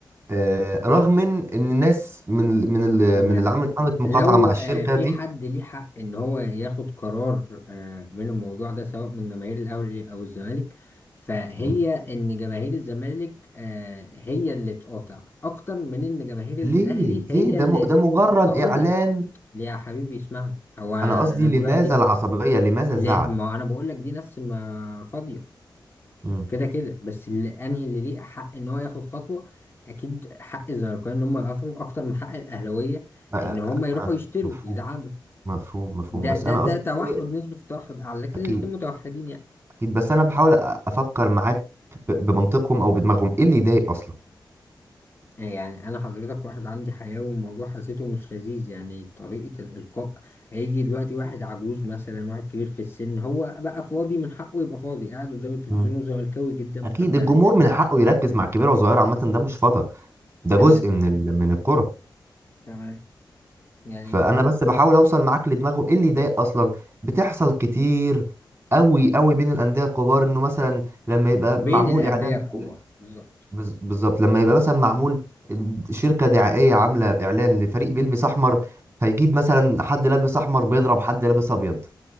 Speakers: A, on the right; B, on the left.
A: آه، رغم من ان الناس من ال- من ال-
B: تمام
A: من اللي عملت حمله مقاطعه
B: لو
A: مع الشركه
B: آه، في
A: دي
B: حد ليه حق ان هو ياخد قرار آه، من الموضوع ده سواء من جماهير الاهلي او الزمالك فهي
A: مم.
B: ان جماهير الزمالك آه، هي اللي تقاطع اكتر من ان جماهير الاهلي
A: ليه ليه
B: هي
A: ده
B: اللي
A: م- ده
B: ت-
A: مجرد
B: اقول
A: اعلان
B: لك ليه يا حبيبي اسمعني هو انا
A: انا قصدي
B: دلوقتي
A: لماذا العصبية لماذا
B: لا
A: الزعل
B: ما انا بقول لك دي ناس ما فاضية
A: امم
B: كده كده بس اللي انهي اللي ليه حق ان هو ياخد خطوه اكيد حق الزمالكاويه ان هم يقاطعوا اكتر من حق الاهلاويه
A: ف- آه،
B: ان هم يروحوا يشتروا
A: مفهوم
B: يدعموا
A: مفهوم مفهوم
B: ده
A: بس
B: ده
A: انا
B: ده
A: قصدي
B: توحد
A: ايه
B: نسبه التوحد اعلى لكن
A: اكيد
B: الاتنين متوحدين يعني
A: اكيد بس انا بحاول أ- افكر معاك ب- بمنطقهم او بدماغهم ايه اللي يضايق اصلا
B: يعني انا حضرتك واحد عندي حياه والموضوع حسيته مش لذيذ يعني طريقه الالقاء هيجي دلوقتي واحد عجوز مثلا واحد كبير في السن هو بقى فاضي من حقه يبقى فاضي قاعد قدام التلفزيون
A: امم
B: وزملكاوي جدا مشجع
A: اكيد الجمهور
B: للزمالك
A: من حقه يركز مع كبيره وصغيره عامه ده مش فضا ده
B: تمام
A: جزء من ال... من الكره
B: تمام يعني
A: فانا
B: ح-
A: بس بحاول اوصل معاك لدماغهم ايه اللي يضايق اصلا بتحصل كتير قوي قوي بين الانديه الكبار انه مثلا لما يبقى
B: بين
A: معمول
B: الانديه
A: اعلان
B: الكبار بالظبط
A: بز- بالظبط لما يبقى مثلا معمول شركة دعائية عاملة إعلان لفريق بيلبس أحمر فيجيب مثلا حد لابس أحمر بيضرب حد لابس أبيض